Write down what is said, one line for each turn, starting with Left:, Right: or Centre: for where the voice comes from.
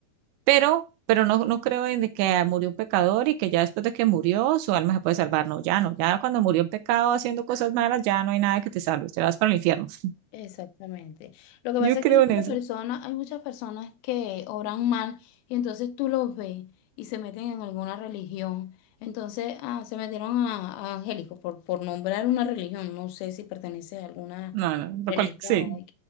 Right: Pero, pero no, no creo en de que murió un pecador y que ya después de que murió su alma se puede salvar. No, ya no. Ya cuando murió en pecado haciendo cosas malas, ya no hay nada que te salve. Te vas para el infierno. <laughs>
Left: Exactamente. Lo que
Right: Yo
Left: pasa es
Right: creo
Left: que hay
Right: en
Left: muchas
Right: eso.
Left: personas, hay muchas personas que oran mal y entonces tú los ves y se meten en alguna religión. Entonces, ah, se metieron a, a angélicos por, por nombrar una religión. No sé si pertenece a alguna
Right: No, no, por
Left: religión.
Right: cual- sí,